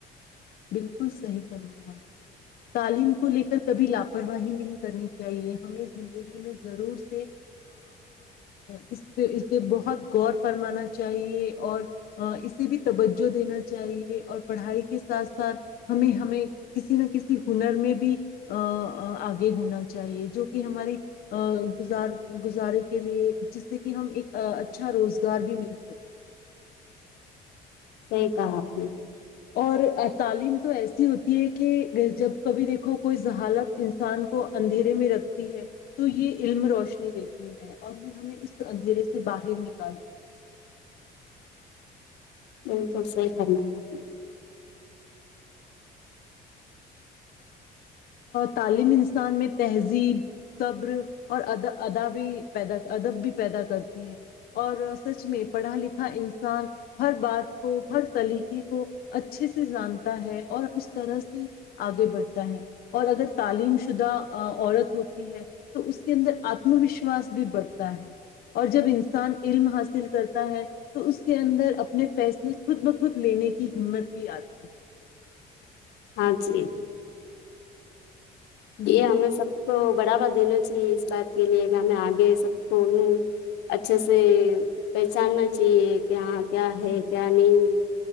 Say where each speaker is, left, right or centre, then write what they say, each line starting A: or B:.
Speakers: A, on the left (about 60°); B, on the left (about 85°).
A: بالکل صحیح فرمایا آپ نے تعلیم کو لے کر کبھی لاپرواہی نہیں کرنی چاہیے ہمیں زندگی میں ضرور سے اس پہ اس پہ بہت غور فرمانا چاہیے اور اسے بھی توجہ دینا چاہیے اور پڑھائی کے ساتھ ساتھ ہمیں ہمیں کسی نہ کسی ہنر میں بھی ا آگے ہونا چاہیے جو کہ ہمارے ا گزار گزارے کے لیے جس سے کہ ہم ایک اچھا روزگار بھی مل سکے
B: صحیح کہا آپ نے
A: اور تعلیم تو ایسی ہوتی ہے کہ جب کبھی دیکھو کوئی زہالت انسان کو اندھیرے میں رکھتی ہے تو یہ علم روشنی دیتی ہے اور یہ ہمیں اس اندھیرے سے باہر نکالتی ہے
B: بالکل صحیح کرنا ہے آپ نے
A: تعلیم انسان میں تہذیب صبر اور ادا ادا بھی پیدا ادب بھی پیدا کرتی ہے اور سچ میں پڑھا لکھا انسان ہر بات کو ہر طلیقے کو اچھے سے جانتا ہے اور اس طرح سے آگے بڑھتا ہے اور اگر تعلیم شدہ عورت ہوتی ہے تو اس کے اندر آتم وشواس بھی بڑھتا ہے اور جب انسان علم حاصل کرتا ہے تو اس کے اندر اپنے فیصلے خود بخود لینے کی ہمت بھی آتی ہے
B: ہجی
A: بالکل
B: یہ ہم نے سب کو بڑھاوا دینا چاہیے اس بات کے لیے کہ ہمیں آگے سب کو ی اچھے سے پہچاننا چاہیے کہ ہاں کیا ہے کیا نہیں ہے